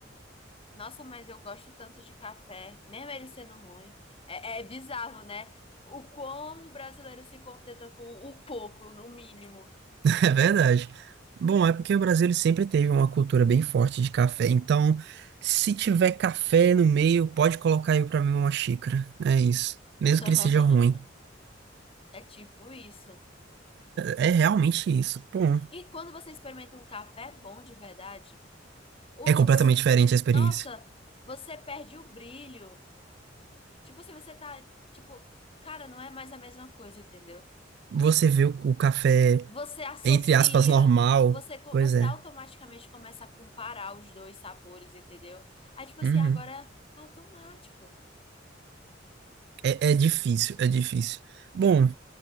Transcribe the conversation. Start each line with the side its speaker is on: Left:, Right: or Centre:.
Left: nossa, mas eu gosto tanto de café, mesmo ele sendo ruim. É, é bizarro, né? O como o brasileiro se contenta com o pouco, no mínimo.
Right: É verdade. Bom, é porque o Brasil ele sempre teve uma cultura bem forte de café. Então, se tiver café no meio, pode colocar aí pra mim uma xícara. É isso. Mesmo
Left: <laughs>
Right: que ele seja ruim.
Left: É tipo isso.
Right: É, é realmente isso. Bom,
Left: E quando você experimenta um café bom de verdade, os.
Right: é completamente diferente a experiência.
Left: Nossa, você perde o brilho. Tipo, se você tá. Tipo, cara, não é mais a mesma coisa, entendeu?
Right: Você vê o, o café,
Left: Você associa,
Right: entre aspas, normal.
Left: você, co-
Right: Pois
Left: você
Right: é.
Left: automaticamente começa a comparar os dois sabores, entendeu? Aí, tipo assim,
Right: Uhum.
Left: agora é automático.
Right: É, é difícil, é difícil. Bom,